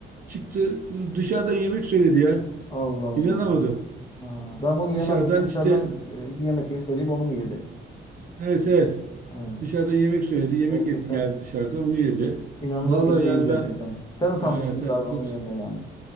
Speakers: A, on the right; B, on the left.
A: Çıktı dışarıdan yemek söyledi ya.
B: Allah Allah.
A: İnanamadım.
B: Ha. Ben bunu yemem
A: Dışarıdan
B: dedi.
A: işte
B: Dışarıdan e, yemek yiyip söyleyip onu mu yedi?
A: evet evet
B: Evet.
A: Dışarıdan yemek söyledi. Yemek
B: Gerçekten
A: yet- geldi dışarıdan onu yedi.
B: inanılır
A: Vallahi
B: gibi değil
A: yani
B: gerçekten.
A: ben
B: Sen utanmışsındır
A: evet, evet,
B: abi
A: bu
B: onun
A: kadar.
B: yerine yani.